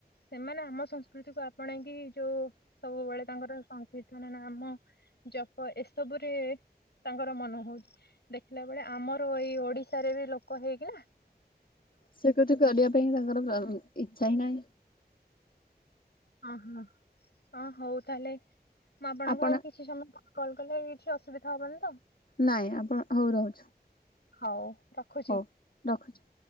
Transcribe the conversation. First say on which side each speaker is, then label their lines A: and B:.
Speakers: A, on the left (about 80°); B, on the left (about 60°).
A: ସେମାନେ ଆମ ସଂସ୍କୃତିକୁୁ ଆପଣେଇକି ଯୋଉ ସବୁବେଳେ ତାଙ୍କର ସନ୍ <unintelligible> ନା ନାମ ଜପ ଏସବୁରେ ତାଙ୍କର ମନ ହଉଛି। ଦେଖିଲା ବେଳେ ଆମର ଏଇ ଓଡିଶାରେ ବି ଲୋକ ହେଇଗଲା।
B: ସ୍ଵିକୃତି କରିବା ପାଇଁ ତାଙ୍କର ଇଚ୍ଛା
A: ହଁ
B: ହିଁ ନାହିଁ।
A: ଓହୋ ଅ ହଉ ତାହେଲେ ମୁଁ ଆପଣଙ୍କୁ
B: ଆପଣ
A: ଆଉ କିଛି ସମୟ କଲ୍ କଲେ କିଛି ଅସୁବିଧା ହବନି ତ?
B: ନାଇଁ ଆପଣ ହଉ ରହୁଛୁ।
A: ହଉ। ରଖୁଛି।
B: ହଉ ରଖୁଛି।